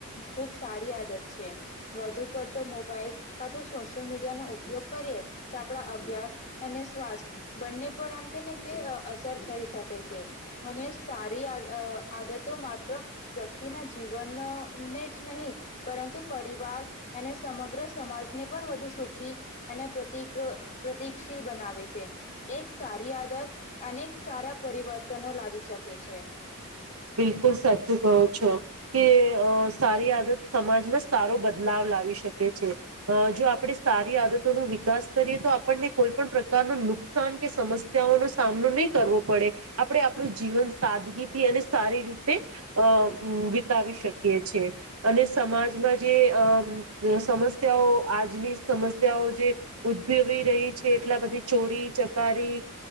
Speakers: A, on the left (about 30°); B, on the right (about 75°).
A: ખુબ સારી આદત છે વધુ પડતો મોબાઈલ કાતો સોશિયલ મીડિયા નો ઉપયોગ કરીએ તો આપણા અભ્યાસ અને સ્વાસ્થ બંને પર આમ કેને કે અસર થઈ શકે છે અને સારી આદત તો મા વ્યક્તિના જીવનને જ નહીં પરંતુ પરિવાર અને સમગ્ર સમાજને પણ વધુ સુખી અને પ્રતિક પ્રતિકશીલ બનાવે છે એક સારી આદત અને સારા પરિવર્તનો લાવી શકે છે
B: બિલકુલ સાચું કહો છો કે સારી આદત સમાજમાં સારો બદલાવ લાવી શકે છે જો આપડે સારી આદતોનું વિકાસ કરીએ તો આપણને કોઈ પણ પ્રકાર ન નુકસાન કે સમસ્યાઓનો સામનો નહીં કરવો પડે આપણે આપણું જીવન સાદગીથી અને સારી રીતે અ વિતાવી શકીએ છીએ અને સમાજમાં જે અ સમસ્યાઓ આજની સમસ્યાઓ જે ઉદભવી રહી છે એટલે આ બધી ચોરી ચકારી